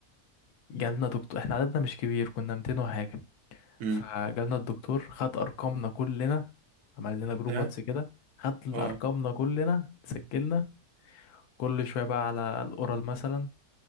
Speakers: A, on the left; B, on the right.
A: جالنا دكتور احنا عددنا مش كبير كنا 200 وحاجة
B: امم
A: فجالنا الدكتور خد ارقامنا كلنا عمل لنا جروب
B: ده
A: واتس كده خد
B: اه
A: ارقامنا كلنا سجلنا كل شويه بقى على الاورال مثلا